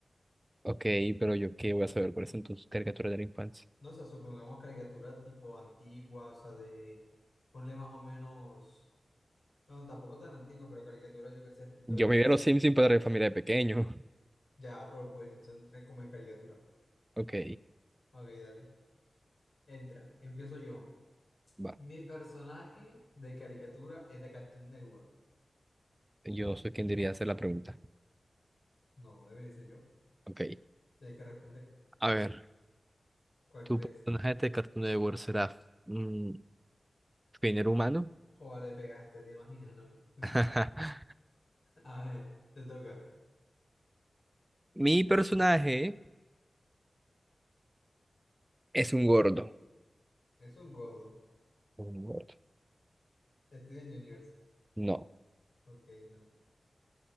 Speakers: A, on the right; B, on the left.
A: Ok, pero yo qué voy a saber por eso entonces, caricaturas de la infancia.
B: No, o sea, supongamos caricaturas tipo antiguas, o sea, de... Ponle más o menos... No, tampoco tan antiguas, pero caricaturas, yo qué sé, estilo,
A: Yo
B: yo
A: me
B: qué
A: vi
B: sé.
A: a los Simpsons para mi familia de pequeño. <laughs>
B: Ya, pero pues eso entré como en caricatura.
A: Ok,
B: Ok, dale. Entra, empiezo yo.
A: va.
B: Mi personaje de caricatura es de Cartoon Network.
A: Yo soy quien diría hacer la pregunta.
B: No, debería ser yo.
A: Ok,
B: Tienes que responder.
A: a ver.
B: ¿Cuál
A: ¿Tu
B: crees?
A: personaje de Cartoon Network será mm, género humano?
B: Joder, le pegaste, te imaginas, no me- <laughs>
A: <laughs>
B: A ver, te toca.
A: Mi personaje es un gordo.
B: Es un gordo.
A: Un gordo.
B: Steven Juniors.
A: No,
B: Ok, no.